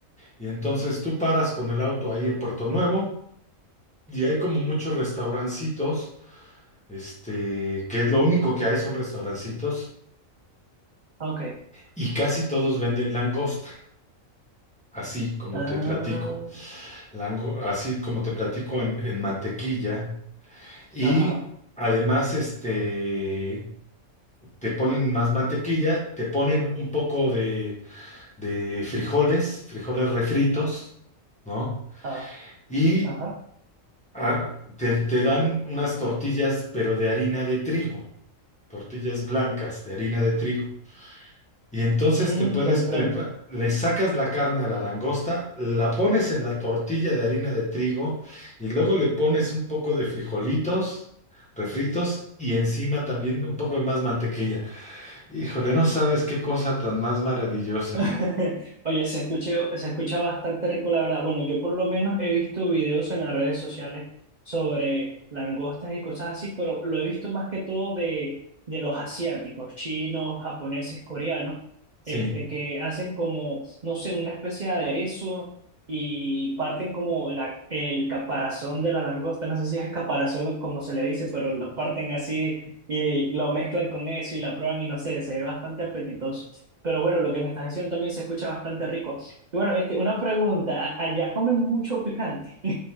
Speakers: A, in the centre; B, on the right.
A: Y entonces tú paras con el auto ahí en Puerto Nuevo y hay como muchos restaurancitos, este, que es lo único que hay son restaurancitos
B: ok.
A: y casi todos venden langosta, así como
B: Ah,
A: te platico. lango- así como te platico, en, en mantequilla. Y
B: ajá,
A: además, este, te ponen más mantequilla, te ponen un poco de, de frijoles, frijoles refritos, ¿no?
B: ah,
A: Y
B: ajá.
A: ah, te, te dan unas tortillas, pero de harina de trigo, tortillas blancas de harina de trigo. Y entonces
B: Mm,
A: te puedes
B: comprendo.
A: preparar, le sacas la carne a la langosta, la pones en la tortilla de harina de trigo y luego le pones un poco de frijolitos refritos y encima también un poco de más mantequilla. Híjole, no sabes qué cosa tan más maravillosa.
B: <laughs> Oye, se escucha, se escucha bastante rico, la verdad. Bueno, yo por lo menos he visto videos en las redes sociales sobre langostas y cosas así, pero lo he visto más que todo de, de los asiáticos, chinos, japoneses, coreanos,
A: Sí.
B: este, que hacen como, no sé, una especie de aderezo y parten como la, el caparazón de la langosta, no sé si es caparazón lo- como se le dice, pero lo parten así y lo mezclan con eso y la prueban y no sé, se ve bastante apetitoso. Pero bueno, lo que me estás diciendo también se escucha bastante rico. Y bueno, este, una pregunta, ¿a- ¿allá comen mucho picante?